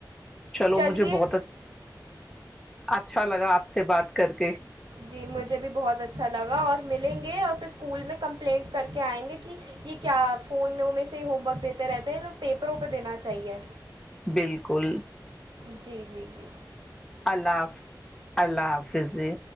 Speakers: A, in the centre; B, on the right (about 85°).
A: چلو
B: چلیے
A: مجھے بہت اچھا لگا آپ سے بات کر کے
B: جی مجھے بھی بہت اچھا لگا اور ملیں گے اور پھر اسکول میں کمپلینٹ کر کے آئیں گے کہ یہ کیا فون میں سے ہوم ورک دیتے رہتے ہیں پیپروں پہ دینا چاہیے
A: بالکل
B: جی جی جی
A: اللہ حافظ اللہ حافظ فضی